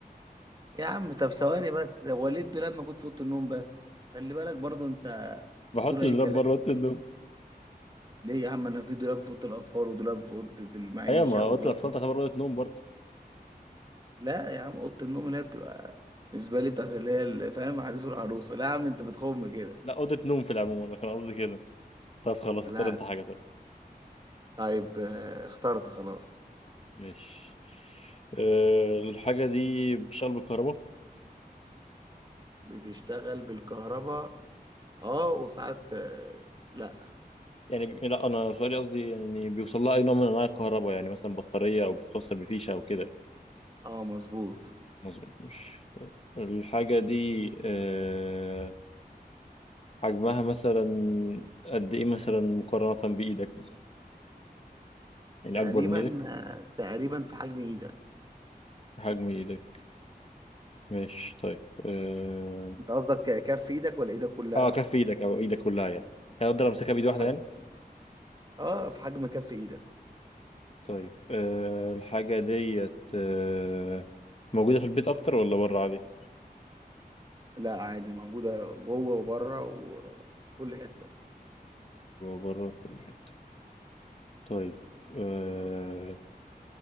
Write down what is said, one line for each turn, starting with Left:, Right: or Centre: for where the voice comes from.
Right: يا عم طب ثواني بس ده وليد دولاب موجود في اوضه النوم بس خلي بالك برضو انت
Left: ما بحطش
Right: تقول اي
Left: دولاب
Right: كلام
Left: بره اوضه النوم
Right: ليه يا عم انا في دولاب في اوضه الاطفال ودولاب في اوضه المعيشه
Left: ايوه ما
Right: ودولاب
Left: اوضه الاطفال
Right: في...
Left: تعتبر اوضه نوم برضه
Right: لا يا عم اوضه النوم اللي هي بتبقى بالنسبه لي بتاعت اللي هي ال- فاهم عريس والعروسه لا يا عم انت بتخم كده
Left: لا اوضه نوم في العموم انا كان قصدي كده طب خلاص
Right: لا
Left: اختار انت حاجه طيب
Right: طيب آه، اخترت خلاص
Left: ماشي أه الحاجه دي بتشتغل بالكهرباء
Right: بتشتغل بالكهرباء اه وساعات آه، لا
Left: يعني بي- لا انا سؤالي قصدي يعني بيوصل لها اي نوع من انواع الكهرباء يعني مثلا بطاريه او بتوصل بفيشه او كده
Right: اه مظبوط
Left: مظبوط مش طيب الحاجه دي أه حجمها مثلا قد ايه مثلا مقارنه بايدك مثلا يعني
Right: تقريبا
Left: اكبر من ايدك
Right: آه، تقريبا في حجم ايدك
Left: حجم ايدك ماشي طيب اه,
Right: انت قصدك كف ايدك ولا ايدك كلها
Left: آه كف ايدك او ايدك كلها يعني يعني اقدر امسكها بايد
Right: في
Left: واحده
Right: حجم
Left: يعني
Right: اه في حجم كف ايدك
Left: طيب آه الحاجه ديت آه موجوده في البيت اكتر ولا بره عادي
Right: لا عادي موجوده جوه وبره وكل حته
Left: بره في كل حته طيب آه